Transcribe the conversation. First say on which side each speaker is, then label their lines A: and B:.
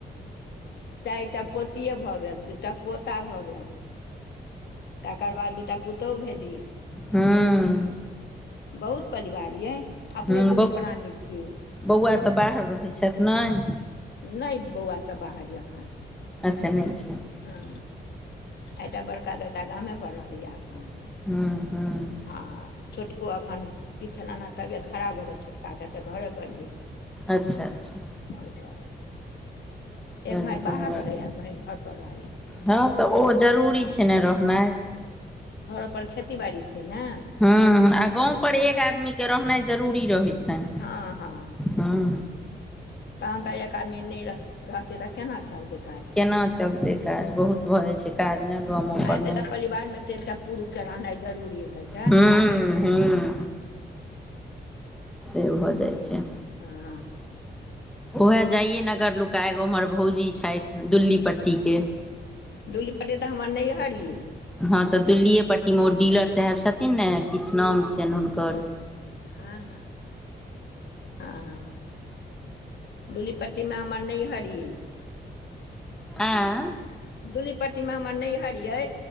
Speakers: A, on the left; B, in the centre.
A: चारि टा पोतिऐ भए गेल दूटा पोता भए गेल तकर बाद दूटा पुतोहु भैलि
B: हूँ
A: बहुत परिवार यै अपने
B: हूँ
A: दुनू
B: बौ
A: प्राणी छी
B: बौआ सभ बाहर रहै छथि नय
A: नहि बौआ सब बाहर यै अखन
B: अच्छा नय छै
A: हँ एटा बड़का बेटा गामे पर रहैय एखन
B: हूँ हूँ
A: आ छोटको एखन इतना ना तबियत खराब भऽ गेल छोटका के तऽ घरे पर ये
B: अच्छा अच्छा
A: ओए दुआरे
B: चलू
A: एक भाय
B: कोनो
A: बाहर
B: बात
A: रहैया एक भाय घर पर रहैया
B: नय हँ तऽ ओ जरूरी
A: हँ
B: छै ने रहनाइ
A: घरो पर खेती बाड़ी छैय नऽ
B: ह आ गाँम पर एक आदमी के रहनाइ जरूरी रहै छैन
A: हँ हँ
B: हऽ
A: तहन तऽ एक आदमी नय रह रहते तऽ केना चलतै काज हू
B: केना चलतै काज बहुत भऽ जाइ छै काज ने गामो
A: आ
B: परमे
A: एतेटा परिवार मे तऽ एकटा पुरुष के रहनाइ जरूरी रहै छै
B: हूँ हूँ से भऽ जाइ छै
A: हऽ
B: उएह जयेनगर लुका एगो उम्हर भौजी छैथ दुल्ली पट्टी के
A: दुल्लीपट्टी तऽ हमर नैयहर ये
B: हँ तऽ दुल्लीए पट्टी मे ओ डीलर साहेब छथिन ने किछ नाम छियेन हुनकर
A: ह हँ हाँ डुलीपटी टी म हमर नैयहर ये
B: आए
A: दूलीपट्टीमे हमर नैहर यै